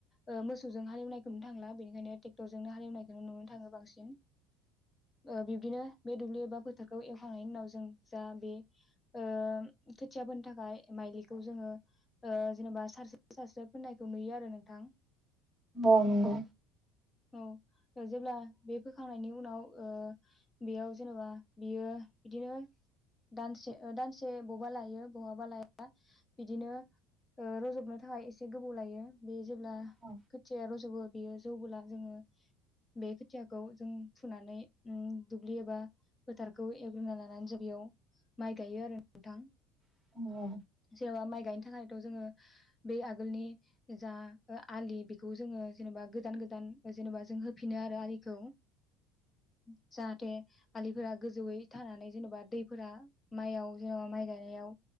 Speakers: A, on the left (about 15°); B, in the centre.
A: ओ मोसौजों हालेवनायखौ नुनो थांला। बेनिखायनो ट्रेक्टरजोंनो हालेवनायखौनो नुनो थाङो बांसिन। ओ बिब्दिनो बे दुब्लि एबा फोथार एवखांनायनि उनाव जों जा बे ओ खोथिया फोनो थाखाय माइलिखौ जोङो जेनेबा सारस- सारसो फोननायखौ नुयो आरो नोंथां।
B: अ नंगौ।
A: औ जेब्ला बे फोखांनायनि उनाव ओ बेयाव जेनेबा बियो बिदिनो दानसे ओ दानसे बबा लायो बहाबा लाया बिदिनो ओ रजबनो थाखाय एसे गोबाव लायो। बे जेब्ला
B: औ
A: खोथिया रजबो बियो जौबोला जोङो, बे खोथियाखौ जों फुनानै ओम दुब्लि एबा फोथारखौ एवग्रोनना लानानै जों बेयाव माइ गायो आरो नोंथां।
B: औ
A: <inaudible> जियाबा माइ गाय थाखायथ' जोङो बे आगोलनि जा आलि बेखौ जोङो जेनेबा गोथ गोजान गोजान जेनेबा जों होफिनो आरो आलिखौ <inaudible> जाहाथे आलिफोरा गोजौयै थानानै जेन'बा दैफोरा माइयाव जेनबा माइ गायनायाव